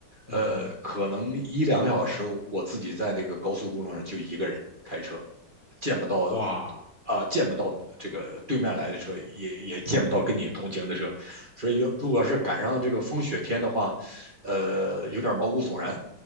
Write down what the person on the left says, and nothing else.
嗯哼，
哇，